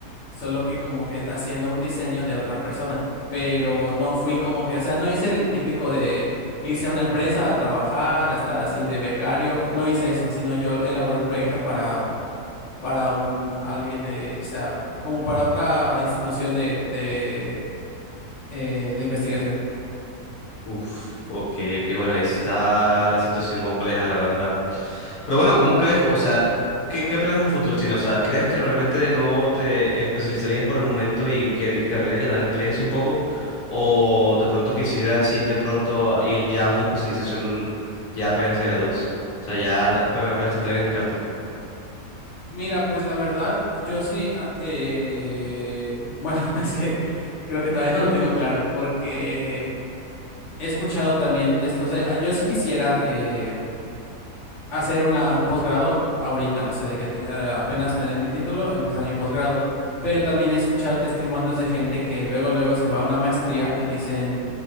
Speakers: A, on the left; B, on the left.
A: solo que como que haciendo un diseño de otra persona. Pero no fui como que, o sea, no hice el típico de irse a una empresa a trabajar, a estar así de becario. No hice eso, sino yo elaboré un proyecto para, para un alguien de, o sea, como para otra institución de, de, eh, de investigación.
B: Uf, ok, ok, bueno, ahí sí está la situación compleja, la verdad. Pero bueno, ¿cómo crees que, o sea, qué, qué planes a futuros tienes? O sea, ¿crees que realmente no te especializarías por el momento y que querrías ganar experiencia un poco? ¿O de pronto quisieras ir de pronto a ir ya a una especialización ya apenas te gradúes? O sea, ya apenas apenas te entreguen el cartón.
A: Mira, pues la verdad, yo sí, ah, eh, bueno, <laughs> es que creo que todavía no lo tengo claro, porque he escuchado también, test- o sea, ah, yo sí quisiera eh, hacer una, un posgrado ahorita, o sea, de que te- eh, apenas me den mi título, empezar mi posgrado. Pero también he escuchado testimonios de gente que luego, luego se va a una maestría y dicen